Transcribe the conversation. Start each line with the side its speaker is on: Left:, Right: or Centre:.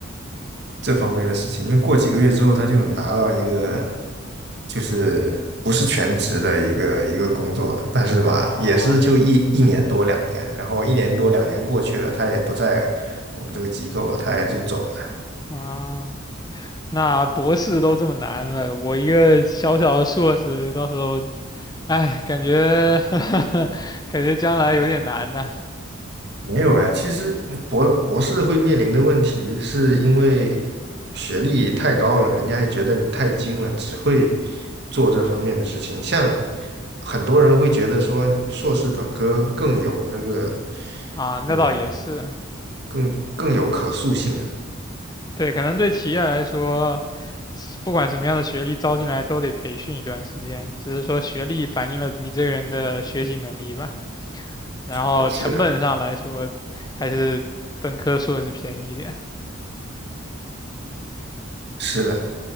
Right: 这方面的事情。因为过几个月之后，
Left: 嗯
Right: 他就拿到一个就是不是全职的一个一个工作，但是吧，
Left: 啊
Right: 也是就一一年多两年，然后一年多两年过去了，他也不在我们这个机构了，他也就走了。
Left: 啊，那博士都这么难了，我一个小小的硕士，到时候，哎，感觉 <laughs> 感觉将来有点难呢。
Right: 没有哎，其实嗯博博士会面临的问题，是因为学历太高了，人家也觉得你太精了，只会做这方面的事情。像很多人会觉得说，硕士本科更有那个，
Left: 啊，那倒也是。
Right: 嗯，更更有可塑性啊。
Left: 对，可能对企业来说，是不管什么样的学历招进来都得培训一段时间，只是说学历反映了你这个人的学习能力吧。然后成本上来说，
Right: 是是的，
Left: 还是本科硕士便宜一点。
Right: 是的，